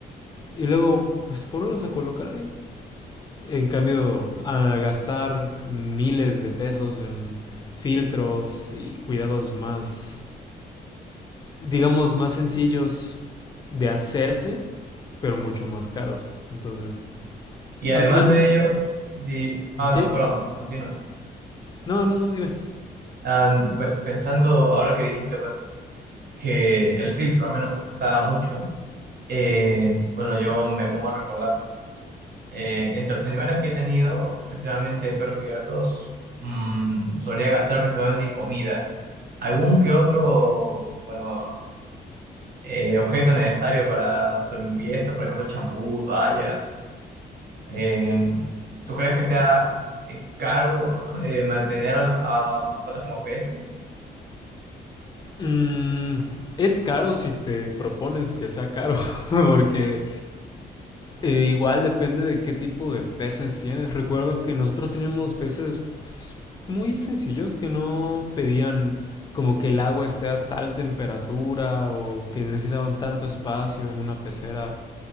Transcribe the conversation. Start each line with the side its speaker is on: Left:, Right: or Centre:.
Left: Y luego, pues ponerlos a colocar ahí. En cambio, a gastar miles de pesos en filtros y cuidados más, digamos, más sencillos de hacerse, pero mucho más caros. Entonces,
Right: Y además
Left: al final... term-
Right: de ello, di- ah, no,
Left: Sí.
Right: perdón, perdón, continúa.
Left: No, no, no, dime.
Right: Ah, pues pensando ahora que dijiste, pues, que el filtro al menos te costaba mucho, eh, bueno, yo me pongo a recordar Eh, entre los animales que he tenido, principalmente perros y gatos, mm, solía gastar principalmente en comida. Algún que otro, bueno, eh, objeto necesario para su limpieza, por ejemplo, champú, toallas. Eh, ¿tú crees que sea eh, caro <laughs> eh, mantener a, los, a mascotas como peces?
Left: Mm, es caro si te propones que sea caro, <laughs> porque Eh, igual depende de qué tipo de peces tienes. Recuerdo que nosotros teníamos peces pues, muy sencillos que no pedían como que el agua esté a tal temperatura o que necesitaban tanto espacio en una pecera